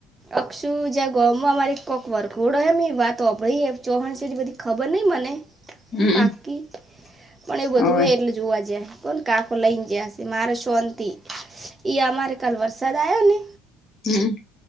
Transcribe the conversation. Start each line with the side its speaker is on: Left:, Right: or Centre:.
Right: અક્ષુ જ્યાં ગોમમાં અમારી કોક વરઘોડો એમ એ વાત હોંભડી હે ચૌહાણ શે બધી ખબર નહીં મને.
Left: હમ
Right: પાકી પણ એવું
Left: હવે
Right: બધું હે એટલે જોવા જ્યાં હે. કોણ કાકો લઈને જયાશે મારે શોંતિ એ અમારે કાલ વરસાદ આયો ને
Left: હમ.